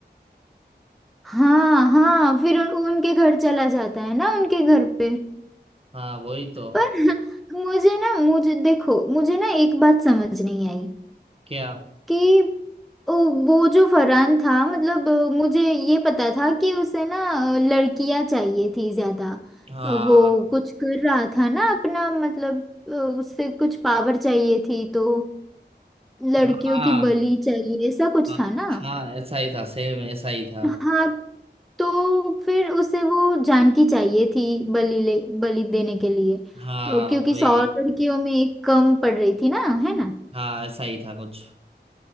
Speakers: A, in the centre; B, on the right.
A: हाँ हाँ फिर उन, उनके घर चला जाता है ना उनके घर पे
B: हाँ वही तो
A: पर <laughs> मुझे ना मुझे देखो मुझे ना एक बात समझ नहीं आई
B: क्या
A: कि ओ, वो जो फरहान था मतलब अ, मुझे ये पता था कि उसे ना अ, लड़कियां चाहिए थी ज्यादा
B: हाँ
A: अ, वो कुछ कर रहा था ना अपना मतलब अ, उसे कुछ पावर चाहिए थी तो लड़कियों
B: हाँ
A: की बलि चाहिए ऐसा कुछ
B: हाँ
A: था ना
B: हाँ, ऐसा ही था सेम ऐसा ही था
A: हाँ तो फिर उसे वो जानकी चाहिए थी बलि ले बलि देने के लिए
B: हाँ
A: अ, क्योंकि
B: वही
A: सौ लड़कियों में एक कम पड़ रही थी ना है ना
B: हाँ ऐसा ही था कुछ